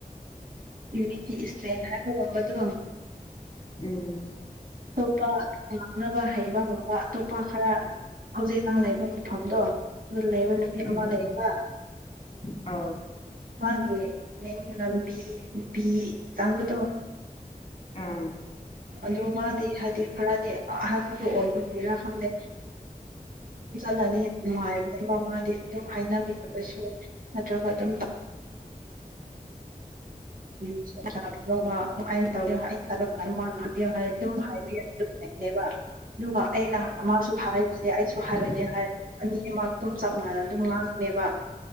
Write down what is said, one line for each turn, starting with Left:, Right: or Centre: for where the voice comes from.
Right: ꯌꯨꯅꯤꯇꯤ ꯏꯁ ꯁꯇ꯭ꯔꯦꯡ ꯍꯥꯏꯕꯒꯨꯝꯕꯗꯣ
Left: ꯎꯝ
Right: ꯄ ꯉꯥꯡꯅꯕ ꯍꯩꯕ ꯉꯝꯕ ꯑꯇꯣꯞꯄ ꯈꯔ ꯍꯧꯖꯤꯛ ꯅꯪ ꯂꯩꯕ ꯃꯐꯝꯗꯣ ꯂꯩꯕ ꯅꯨꯄꯤ ꯑꯃ
Left: ꯎꯝ
Right: ꯂꯩꯌꯦꯕ
Left: ꯑꯧ
Right: ꯃꯥꯒꯤ ꯅꯦꯅ ꯂꯝꯕꯤ ꯅꯨꯄꯤ ꯇꯥꯡꯕꯗꯣ
Left: ꯑꯥ
Right: ꯑꯗꯣ ꯃꯥꯗꯤ ꯍꯥꯏꯗꯤ ꯈꯔꯗꯤ ꯑꯍꯟꯒ ꯑꯣꯏꯕꯒꯤꯔꯥ ꯈꯪꯗꯦ ꯆꯠꯂꯅꯤ ꯅꯨꯡꯉꯥꯏꯕꯅꯦ ꯃꯃꯥꯗꯤ ꯑꯗꯨꯝ ꯍꯥꯏꯅꯕꯤꯔꯁꯨ ꯅꯠꯇ꯭ꯔꯒ ꯑꯗꯨꯝ ꯄꯤ ꯑꯗꯨꯃꯥꯏꯅ ꯇꯧꯒ ꯇꯂꯛ ꯃꯥꯅ ꯍꯥꯄꯤꯌꯣ ꯍꯥꯏ ꯑꯗꯨꯝ ꯍꯥꯏꯕ ꯌꯥ ꯑꯗꯨꯝ ꯂꯩꯅꯦꯕ꯫ ꯑꯗꯨꯒ ꯑꯩꯅ ꯃꯥꯁꯨ ꯍꯥꯏꯔꯤꯁꯦ ꯑꯩꯁꯨ ꯍꯥꯏꯔꯣꯏꯅꯦ
Left: ꯎꯝ
Right: ꯍꯥꯏ ꯑꯅꯤꯃꯛ ꯑꯗꯨꯝ ꯆꯞ ꯃꯥꯟꯅ ꯑꯗꯨꯝ ꯉꯥꯡꯕꯅꯦꯕ